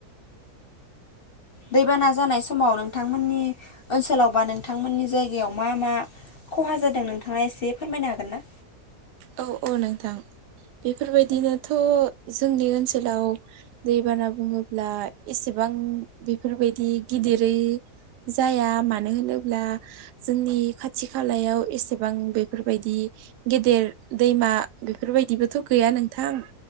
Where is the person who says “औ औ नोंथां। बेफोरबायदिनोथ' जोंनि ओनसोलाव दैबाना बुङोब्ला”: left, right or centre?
Right